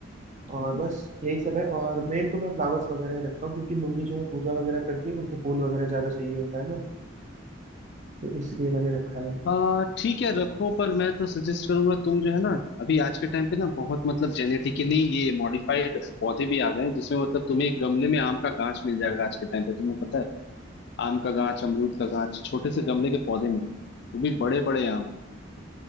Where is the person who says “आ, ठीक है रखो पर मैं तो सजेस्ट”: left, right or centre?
Left